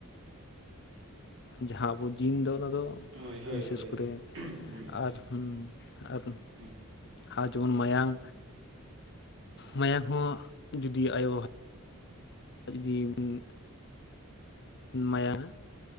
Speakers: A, on the left; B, on the right.
A: ᱡᱟᱦᱟᱸ ᱟᱵᱚ ᱡᱤᱱ ᱫᱚ ᱚᱱᱟ ᱫᱚ
B: ᱦᱳᱭ ᱦᱳᱭ
A: ᱵᱤᱥᱮᱥ
B: ᱦᱳᱭ
A: ᱠᱚᱨᱮ
B: ᱦᱩᱸ
A: ᱟᱨ ᱟᱨ
B: ᱦᱩᱸ
A: ᱟᱨ ᱡᱮᱢᱚᱱ ᱢᱟᱭᱟᱝ ᱢᱟᱭᱟᱝ ᱦᱚᱸ ᱡᱩᱫᱤ ᱟᱭᱳ ᱡᱩᱫᱤ <unintelligible> ᱢᱟᱭᱟ